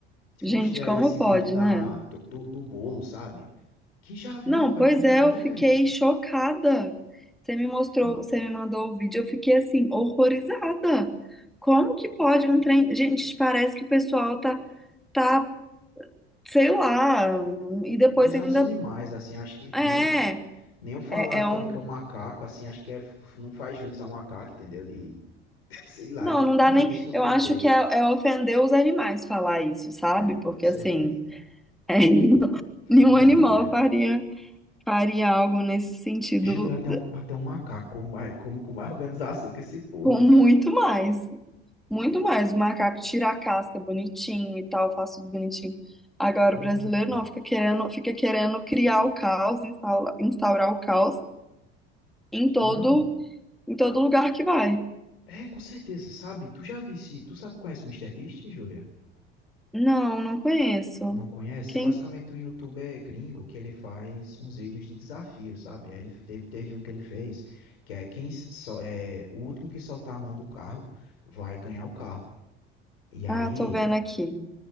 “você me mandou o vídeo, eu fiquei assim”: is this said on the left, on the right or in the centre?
Centre